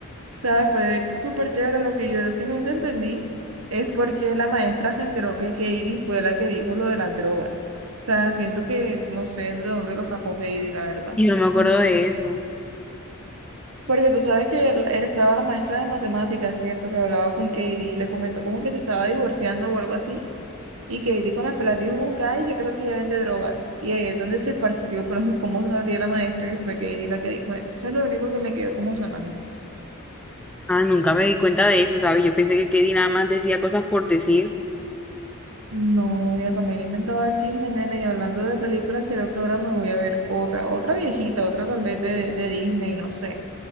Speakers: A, on the right; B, in the centre.
A: sea, fue súper chévere lo que yo, si nunca entendí, es porque la maestra se enteró que Katie fue la que dijo lo de las drogas. O sea, siento que no sé de dónde lo sacó Katie, la verdad.
B: Y yo no me acuerdo de eso.
A: Porque tú sabes que él, él estaba la maestra de matemáticas, ¿cierto? Que hablaba con Katie y le comentó como que se estaba divorciando o algo así. Y Katie con las pelas dijo como que, ay, yo creo que ella vende drogas. Y ahí es donde se esparció, pero <laughs> cómo sabría la maestra que fue Katie la que dijo eso. Eso es lo único que me quedó como sonando.
B: Ah, nunca me di cuenta de eso, ¿sabes? Yo pensé que Katie nada más decía cosas por decir.
A: No, ella también inventaba chismes, nena. Y hablando de películas, creo que ahora me voy a ver otra, otra viejita, otra tal vez de, de Disney, no sé.